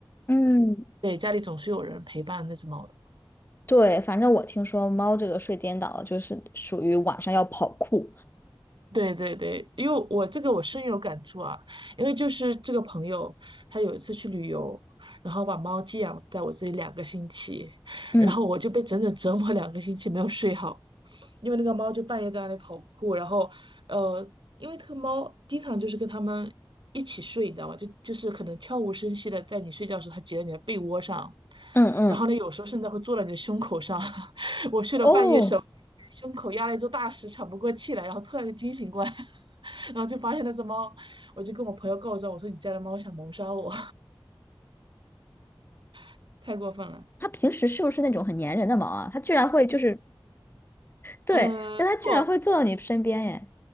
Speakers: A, on the left (about 25°); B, on the right (about 70°).
A: 嗯
B: 对，家里总是有人陪伴那只猫的。
A: 对，反正我听说猫这个睡颠倒就是属于晚上要跑酷。
B: 对对对，因为我这个我深有感触啊，因为就是这个朋友，他有一次去旅游，然后把猫寄养在我这里两个星期，
A: 嗯
B: 然后我就被整整折磨两个星期没有睡好，因为那个猫就半夜在那里跑酷，然后呃，因为这个猫经常就是跟它们一起睡，你知道吗？就就是可能悄无声息的在你睡觉的时候，它挤在你的被窝上，
A: 嗯嗯，
B: 然后呢，有时候甚至会坐在你的胸口上，<laughs>
A: 哦，
B: 半夜手胸口压了一座大石，喘不过气来，然后突然就惊醒过来，<laughs> 然后就发现那只猫，我就跟我朋友告状，我说你家的猫想谋杀我，<laughs> 太过分了。
A: 它平时是不是那种很粘人的猫啊？它居然会就是，对，
B: 呃，
A: 但它居然会坐到你身边耶！
B: 不，